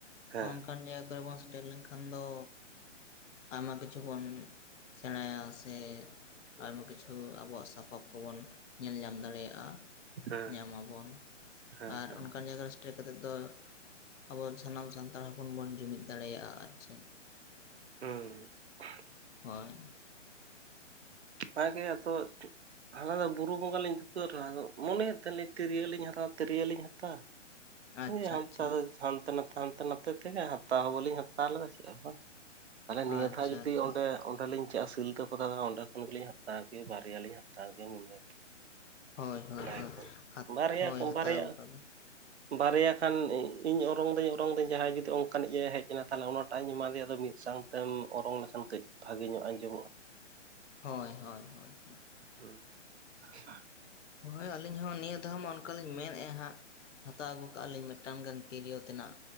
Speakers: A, on the right; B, on the left.
A: ᱦᱮᱸ
B: ᱚᱱᱠᱟᱱ ᱡᱟᱭᱜᱟᱨᱮ ᱵᱟᱝ ᱥᱮᱴᱮᱨ ᱞᱮᱱᱠᱷᱟᱱ ᱫᱚ ᱟᱭᱢᱟ ᱠᱤᱪᱷᱩ ᱵᱚᱱᱼᱼ ᱥᱮᱬᱟᱭᱟ ᱥᱮ, ᱟᱭᱢᱟ ᱠᱤᱪᱷᱩ ᱟᱵᱚᱣᱟᱜ ᱥᱟᱯᱟᱵ ᱠᱚᱵᱚᱱ ᱧᱮᱞ ᱧᱟᱢ ᱫᱟᱲᱮᱭᱟᱜᱼᱟ᱾
A: ᱦᱮᱸ
B: ᱧᱟᱢ ᱟᱵᱚᱱ
A: ᱦᱮᱸ
B: ᱟᱨ
A: ᱦᱮᱸ
B: ᱚᱱᱠᱟᱱ ᱡᱟᱭᱟᱨ ᱨᱮ ᱴᱮᱨ ᱠᱟᱛᱮᱫ ᱫᱚ, ᱟᱵᱚ ᱥᱟᱱᱟᱢ ᱥᱟᱱᱛᱟᱲ ᱦᱚᱯᱚᱱ ᱵᱚᱱ ᱡᱩᱢᱤᱫ ᱫᱟᱲᱮᱭᱟᱜᱼᱟ ᱟᱨ ᱪᱮᱫ?
A: <unintelligible>
B: ᱦᱳᱭ
A: ᱦᱟ ᱜᱮ ᱟᱛᱚ ᱦᱟᱱᱟ ᱫᱷᱟ ᱵᱩᱨᱩ-ᱵᱚᱸᱜᱟ ᱞᱤᱧ ᱫᱩᱠᱟᱹ ᱨᱮ ᱟᱫᱚ ᱢᱚᱱᱮᱭᱮᱫ ᱛᱟᱞᱤᱧ ᱛᱤᱨᱭᱟᱹᱞᱤᱧ ᱦᱟᱛᱟᱣᱟ ᱛᱤᱨᱭᱳᱞᱤᱧ ᱦᱟᱛᱟᱣᱟ᱾
B: ᱟᱪᱪᱷᱟ
A: ᱦᱮᱸ ᱦᱟᱱᱛᱮ
B: ᱟᱪᱪᱷᱟ
A: ᱫᱚ ᱦᱟᱱᱛᱮ ᱱᱟᱛᱮ ᱦᱟᱱᱛᱮ ᱱᱟᱛᱮ ᱛᱮᱜᱮ ᱦᱟᱛᱟᱣ ᱦᱚᱸ ᱵᱟᱹᱞᱤᱧ ᱦᱟᱛᱟᱣ ᱞᱮᱫᱟ ᱪᱮᱜ ᱦᱚᱸ ᱵᱟᱝ᱾ ᱛᱟᱦᱞᱮ
B: ᱟᱪᱪᱷᱟ
A: ᱱᱤᱭᱟᱹ ᱫᱷᱟᱣ ᱡᱩᱫᱤ
B: ᱟᱪᱪᱷᱟ
A: ᱚᱸᱰᱮ-ᱚᱸᱰᱮᱞᱤᱧ ᱪᱟᱜᱼᱟ ᱥᱤᱞᱫᱟᱹ ᱯᱟᱛᱟ ᱫᱷᱟ ᱚᱸᱰᱮ ᱠᱷᱳᱱ ᱜᱮᱞᱤᱧ ᱦᱟᱛᱟᱣ ᱜᱮ ᱵᱟᱨᱭᱟᱞᱤᱧ ᱦᱟᱛᱟᱣ ᱜᱮ ᱢᱚᱱᱮ
B: ᱦᱳᱭ ᱦᱳᱭ
A: ᱚᱱᱟ
B: ᱦᱳᱭ
A: ᱜᱮᱛᱚ,
B: ᱦᱟᱛ
A: ᱵᱟᱨᱭᱟ
B: ᱦᱳᱭ
A: ᱠᱚᱢ
B: ᱦᱟᱛᱟᱣ
A: ᱵᱟᱨᱭᱟ
B: ᱠᱟᱜ ᱵᱮᱱ
A: ᱵᱟᱨᱭᱟ ᱠᱷᱟᱱ ᱤᱧ ᱚᱨᱚᱝ ᱫᱟᱹᱧ ᱚᱨᱚᱝ ᱫᱟᱹᱧ ᱡᱟᱦᱟᱸᱭ ᱡᱩᱫᱤ ᱚᱱᱠᱟᱱᱤᱡ ᱮ ᱦᱮᱡ ᱞᱮᱠᱷᱟᱱ ᱚᱱᱟᱴᱟᱜ ᱤᱧ ᱮᱢᱟᱫᱮᱭᱟ ᱟᱫᱚ ᱢᱤᱫ ᱥᱟᱝ ᱛᱮᱢ ᱚᱨᱚᱝ ᱞᱮᱠᱷᱟᱱ ᱠᱟᱹᱡ ᱵᱷᱟᱜᱮ ᱧᱚᱜ ᱟᱸᱡᱚᱢᱚᱜᱼᱟ᱾
B: ᱦᱳᱭ ᱦᱳᱭ ᱦᱳᱭ ᱦᱳᱭ᱾
A: ᱦᱩᱸ <unintelligible>
B: ᱦᱳᱭ ᱟᱹᱞᱤᱧ ᱦᱚᱸ ᱱᱤᱭᱟᱹ ᱫᱷᱟᱣ ᱢᱟ ᱚᱱᱠᱟ ᱞᱤᱧ ᱢᱮᱱᱮᱫᱼᱟ ᱦᱟᱸᱜ᱾ ᱦᱟᱛᱟᱣ ᱟᱹᱜᱩ ᱠᱟᱜᱼᱟ ᱞᱤᱧ ᱢᱤᱫᱴᱟᱝ ᱜᱟᱱ ᱛᱤᱨᱭᱳ ᱛᱮᱱᱟᱜ᱾